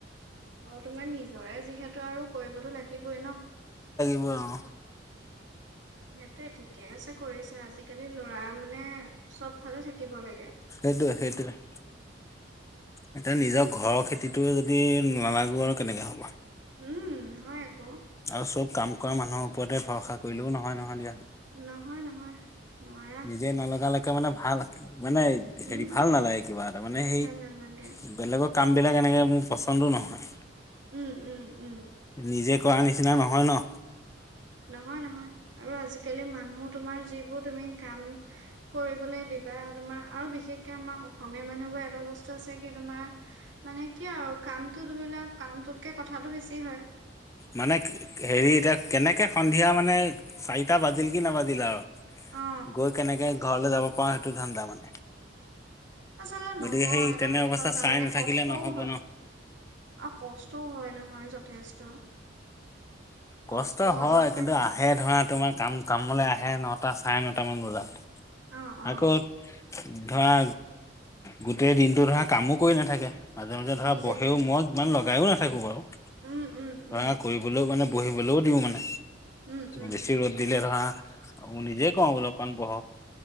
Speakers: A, on the right; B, on the left.
A: অ তোমাৰ নিজৰে যিহেতু আৰু কৰিবতো লাগিবই ন?
B: হুৱে অ,
A: সেইটো ঠিকে আছে কৰিছা আজিকালি ল'ৰা মানে চব ফালে থাকিব লাগে।
B: সেইটোৱে সেইটোৱে, এতিয়া নিজৰ ঘৰৰ
A: তই
B: খেতিটো যদি নালাগো আৰু কেনেকৈ হ'ব
A: উম হয় আক।
B: আৰু চব কাম কৰা মানুহৰ ওপৰতে ভৰসা কৰিলেও নহয় নহয় দিয়া।
A: নহয় নহয় নোৱাৰা।
B: নিজে নলগালৈকে মানে ভাল মানে
A: উম,
B: হেৰি ভাল নালাগে কিবা এটা মানে সেই
A: ভাল নালাগে
B: বেলেগক, কামবিলাক এনেকৈ মোৰ পচন্দো নহয়।
A: উম- উম- উম।
B: নিজে কৰা নিচিনা নহয় ন?
A: নহয় - নহয় আৰু আজিকালি মানুহ তোমাৰ যিবোৰ তুমি কাম কৰিবলৈ দি কিবা তোমাৰ আৰু বিশেষকে আমাৰ অসমীয়া মানুহবোৰ এটা বস্তু আছে কি তোমাৰ মানে কিয় আৰু কামটো ধৰি লওক কামটোতকে কথাটো বেছি হয়।
B: মানে হেৰি এতিয়া কেনেকৈ সন্ধিয়া মানে চাৰিটা বাজিল কি নাবাজিল আৰু
A: অ
B: গৈ কেনেকে ঘৰলৈ যাব পাৰো সেইটো ধাণ্ডা মানে
A: আচলে
B: গতিকে
A: নহয়
B: সেই
A: এটা
B: তেনে
A: কথাও
B: অৱস্থা
A: জানানে
B: চাই নাথাকিলে
A: কষ্টও
B: নহ'ব
A: হয়।
B: ন
A: অ কষ্টও হয় নহয় যথেষ্ট। কষ্টও
B: কষ্ট হয়
A: অলপ
B: কিন্তু
A: নি
B: আহে ধৰা তোমাৰ কাম কামলৈ আহ এ নটা চাৰে নটা মান বজাত,
A: অ অ
B: আকৌ ধৰা গোটেই দিনটো ধৰা কামো কৰি নাথাকে। মাজে মাজে ধৰা
A: বুজি
B: বহেও
A: পাইছো
B: মই ইমান লগাইও নাথাকো বাৰু
A: উম উম
B: ধৰা
A: উম
B: কৰিব। মানে বহিবলৈও দিও মানে
A: উম উম
B: বেছি ৰ'দ দিলে ধৰা আৰু নিজে কও অলোক মান বহক।